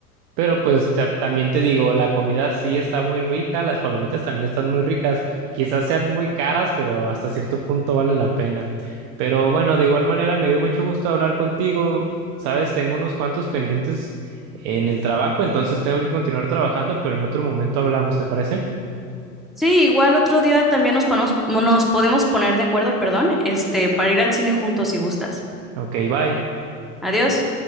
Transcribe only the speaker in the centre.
Sí, igual otro día también nos ponemos- nos podemos poner de acuerdo, perdón, este, para ir al cine juntos si gustas.
Adiós.